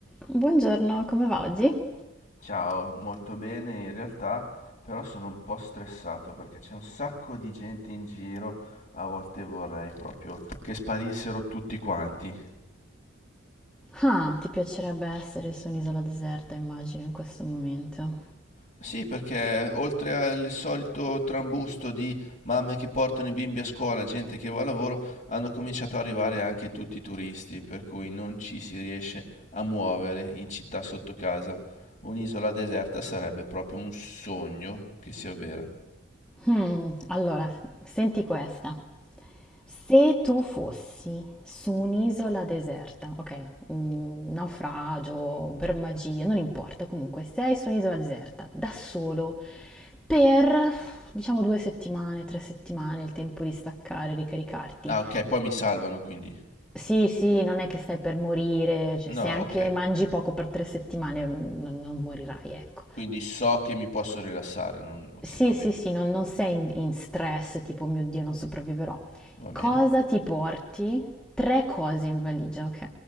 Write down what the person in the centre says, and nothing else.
Buongiorno, come va oggi?
Ah, ti piacerebbe essere su un'isola deserta, immagino, in questo momento.
Hmm, allora, senti questa. Se tu fossi su un'isola deserta, ok, mm, naufragio, per magia, non importa, comunque sei su un'isola deserta, da solo, per diciamo due settimane, tre settimane, il tempo di staccare, ricaricarti,
Sì, sì, non è che stai per morire, cioè,
se anche
mangi poco per tre settimane mm, non, non morirai, ecco.
Sì,
sì, sì, non, non sei in, in stress, tipo, "Oh mio Dio, non sopravviverò.
Cosa ti porti? Tre cose in valigia, ok?